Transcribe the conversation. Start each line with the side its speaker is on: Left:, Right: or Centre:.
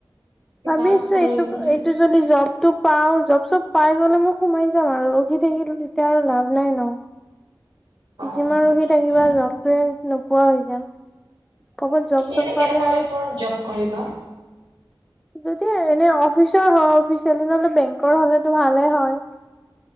Right: কিবা
Centre: ভাবি আছো
Right: কৰিম
Centre: এইটো
Right: বুলি
Centre: এইটো যদি জব তো পাও জব চব পাই গ'লে মই সোমাই যাম আৰু ৰখি থাকিলে তেতিয়া আৰু লাভ নাই ন
Right: অ
Centre: যিমান ৰখি
Right: ঠিকে
Centre: থাকিবা যতে নোপোৱা হৈ যাম ক'বাত জব
Right: তুমি
Centre: চব
Right: এনে
Centre: পালে
Right: কেনেকুৱা
Centre: আৰু
Right: টাইপৰ জব কৰিবা
Centre: যদি এনে অফিচৰ হয় অফিচিয়েলি নহলে বেংকৰ হলেতো ভালে হয়।